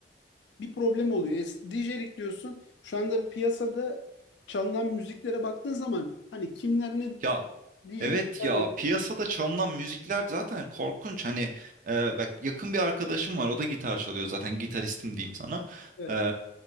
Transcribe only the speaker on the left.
bir problem oluyor. Es- DJ'lik diyorsun. Şu anda piyasada çalınan müziklere baktığın zaman hani kimler ne
DJ'likler
yapıyor.
Evet.